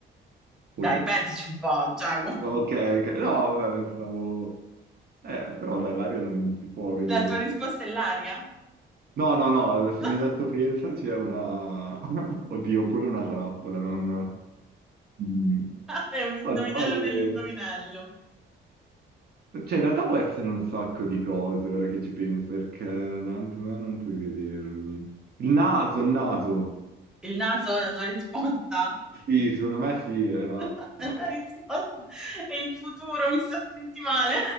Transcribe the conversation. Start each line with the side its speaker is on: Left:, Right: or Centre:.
Centre: Dai,
Right: O tipo...
Centre: pensaci un po', Giacomo.
Right: Ok, ok. No, vabbè, pensavo... Eh, però dai, l'aria non si può vederlo.
Centre: La tua risposta è l'aria?
Right: No, no, no, se
Centre: <laughs>
Right: mi hai detto pensaci è una... <laughs> Oddio, pure una trappola, non... Mm.
Centre: È un indovinello
Right: No, di base...
Centre: nell'indovinello.
Right: Cioè, in realtà può essere un sacco di cose, ora che ci penso, perché davanti a me non puoi vedermi. Il naso, il naso.
Centre: Il naso è la tua risposta?
Right: Sì, secondo me sì, era...
Centre: <laughs>
Right: Dai.
Centre: La risposta è il futuro, mi sta a sentire male.